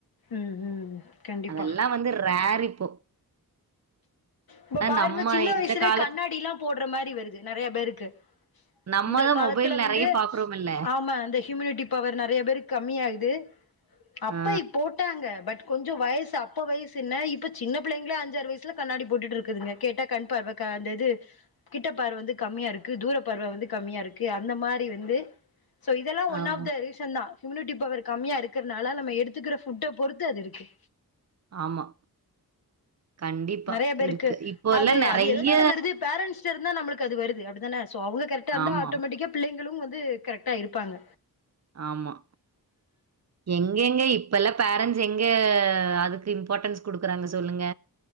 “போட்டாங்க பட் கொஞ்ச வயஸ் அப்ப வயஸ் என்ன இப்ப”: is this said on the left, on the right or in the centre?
Left